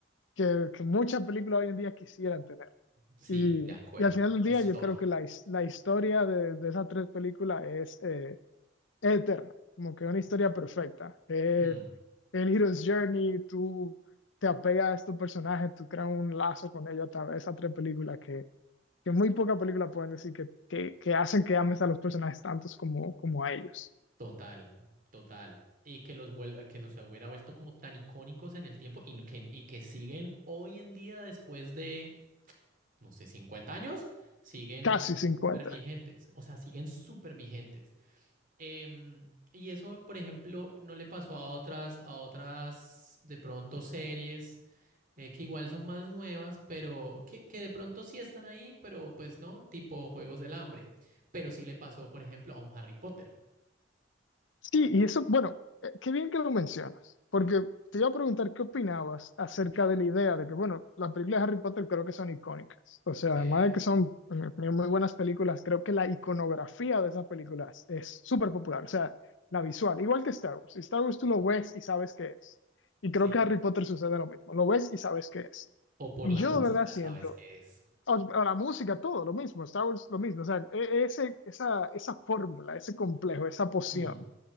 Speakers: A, on the left; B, on the right.
A: que, que muchas películas hoy en día quisieran tener.
B: Sí,
A: Y,
B: de acuerdo.
A: y al final del
B: Historia.
A: día yo creo que la, his- la historia de, de esas tres películas es, eh, es eterna, como que una historia perfecta. Eh,
B: Mm.
A: el Hero's Journey, tú te apegas a estos personajes, tú creas un lazo con ellos a través de esas tres películas que, que muy pocas películas pueden decir que, que, que hacen que ames a los personajes tantos como, como a ellos.
B: Total, total. Y que los vuel- que los hubiera vuelto como tan icónicos en el tiempo y que, y que siguen hoy en día después de, no sé, 50 años, siguen
A: Casi 50.
B: súper vigentes. O sea, siguen súper vigentes. Em, y eso, por ejemplo, no le pasó a otras, a otras de pronto series eh, que igual son más nuevas, pero que, que de pronto sí están ahí, pero pues no, tipo Juegos del Hambre. Pero sí le pasó, por ejemplo, a un Harry Potter.
A: Sí, y eso, bueno, eh, qué bien que lo mencionas, porque te iba a preguntar qué opinabas acerca de la idea de que, bueno, las películas de Harry Potter creo que son icónicas. O sea,
B: Se-
A: además de que son, en mi opinión, muy buenas películas, creo que la iconografía de esas películas es súper popular. O sea, la visual, igual que Star Wars. Si Star Wars tú
B: Sí.
A: lo ves y sabes qué es. Y creo
B: Sí,
A: que Harry Potter sucede lo mismo. Lo ves y sabes qué es.
B: o por
A: Y
B: la
A: yo
B: música
A: de verdad siento,
B: sabes qué es.
A: o- o la música, todo lo mismo, Star Wars lo mismo. O sea, e- e, ese, esa, esa fórmula, ese complejo, esa poción.
B: Mm,